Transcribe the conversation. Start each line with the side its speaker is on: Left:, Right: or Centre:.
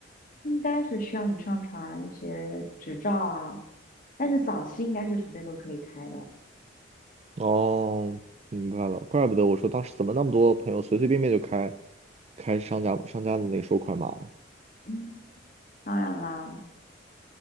Left: 应该是需要你上传一些执照啊，但是早期应该是随便都可以开的。
Right: 哦，明白了，怪不得我说当时怎么那么多朋友随随便便就开开商家商家的那个收款码了，
Left: 嗯，当然啦，